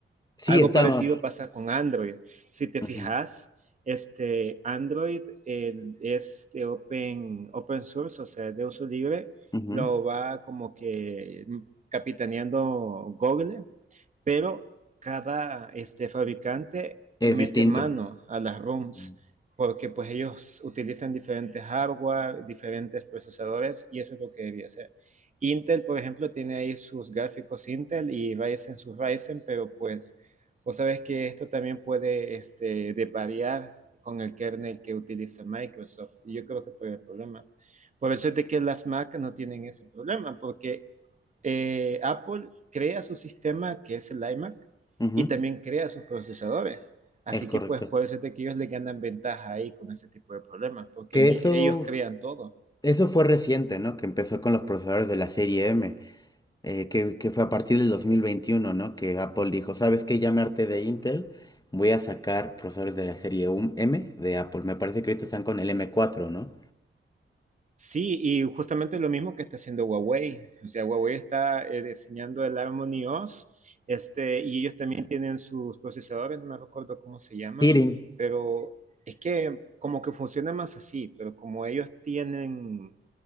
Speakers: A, on the left; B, on the right.
A: Sí,
B: Algo
A: está.
B: parecido pasa con Android. Si te
A: ujú,
B: fijas, este, Android eh, es de open, open source, o sea, de uso libre,
A: ujú.
B: lo va como que mm, capitaneando Google pero cada este, fabricante
A: Es
B: mete
A: distinto.
B: mano a las ROMs
A: Ujú,
B: porque pues ellos utilizan diferentes hardware, diferentes procesadores y eso es lo que debería hacer. Intel, por ejemplo, tiene ahí sus gráficos Intel y Ryzen sus Ryzen, pero pues vos sabes que esto también puede este, deparear con el kernel que utiliza Microsoft. Y yo creo que fue el problema. Por eso es de que las Mac no tienen ese problema, porque eh, Apple crea su sistema que es el iMac
A: ujú.
B: y también crea sus procesadores. Así
A: Es correcto.
B: que pues puede ser de que ellos le ganan ventaja ahí con ese tipo de problemas, porque
A: Que
B: mi-
A: eso,
B: ellos crean todo.
A: eso fue reciente, ¿no? Que empezó con los procesadores de la serie M, eh, que, que fue a partir del dos mil veintiuno ¿no? Que Apple dijo, ¿sabes qué? Ya me harté de Intel, voy a sacar procesadores de la serie U- M de Apple. Me parece que ahorita están con el m cuatro ¿no?
B: Sí, y justamente lo mismo que está haciendo Huawei. O sea, Huawei está eh, diseñando el Harmony OS, este, y ellos también tienen sus procesadores, no me recuerdo cómo se llaman,
A: Kirin.
B: pero es que como que funciona más así, pero como ellos tienen